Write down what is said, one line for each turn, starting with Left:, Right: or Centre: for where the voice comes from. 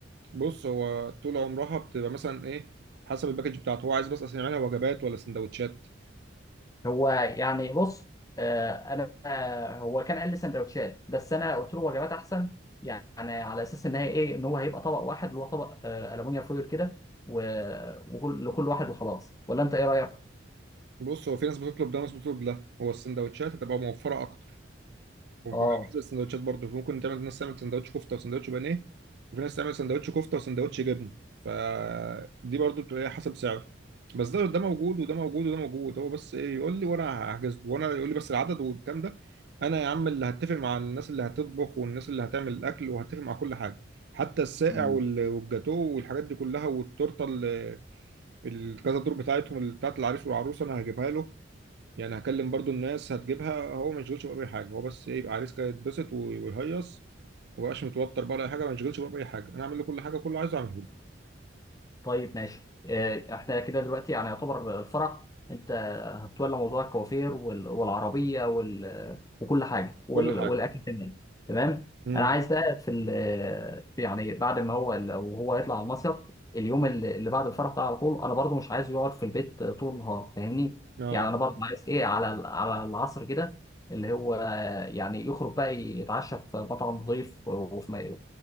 Right: بص هو طول عمرها بتبقى مثلا ايه حسب الباكج بتاعته هو عايز بس اصلا يعملها وجبات ولا سندوتشات
Left: هو يعني بص آه، انا آه، هو كان قال لي سندوتشات بس انا قلت له وجبات احسن يعني على اساس ان هي ايه ان هو هيبقى طبق واحد اللي هو طبق آه، الومنيوم فويل كده و- وكل- لكل واحد وخلاص ولا انت ايه رايك؟
Right: بص هو في ناس بتطلب ده وناس بتطلب ده هو السندوتشات هتبقى موفره اكتر وبحسب
Left: اه
Right: السندوتشات برضه ممكن تعمل ناس تعمل سندوتش كفته وسندوتش بانيه وفي ناس تعمل سندوتش كفته وسندوتش جبن فدي برضه بتبقى إيه حسب سعره بس ده ده موجود وده موجود وده موجود هو بس ايه يقول لي وانا هحجز له وانا يقول لي بس العدد والكلام ده انا يا عم اللي هتفق مع الناس اللي هتطبخ والناس اللي هتعمل الاكل وهتفق مع كل حاجه حتى الساقع
Left: امم
Right: وال- والجاتوه والحاجات دي كلها والتورته ال- الكذا دور بتاعتهم بتاعت العريس والعروسه انا هجيبها له يعني هكلم برضو الناس هتجيبها هو ما يشغلش بقى باي حاجه هو بس إيه، يبقى عريس كده يتبسط وي- ويهيص وما يبقاش متوتر بقى ولا أي حاجه ما يشغلش بقى باي حاجه انا اعمل له كل حاجه كله عايزه اعمله له
Left: طيب ماشي آه، احنا كده دلوقتي يعني يعتبر الفرح انت هتولى موضوع الكوافير وال- والعربيه وال... وكل حاجه وال...
Right: كل حاجه
Left: والاكل كمان تمام
Right: امم
Left: انا عايز بقى في ال... في- يعني بعد ما هو لو هو يطلع على المصيف اليوم اللي اللي بعد الفرح ده على طول انا برضو مش عايزه يقعد في البيت طول النهار فاهمني
Right: اه
Left: يعني انا برضو عايز ايه على ال- على العصر كده اللي هو يعني يخرج بقى يتعشى في مطعم نظيف وفي م-